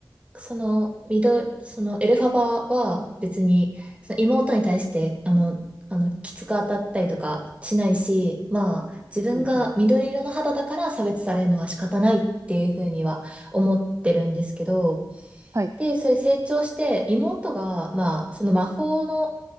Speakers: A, on the right; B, on the right.
A: その、ミド、その、エルファバは別に、その妹に対して、あの、あの、きつく当たったりとかしないし、まあ、自分が緑色の肌だから差別されるのは仕方ないっていうふうには思ってるんですけど、
B: うんうん、はい、
A: で、それ成長して、妹が、まあ、その魔法の、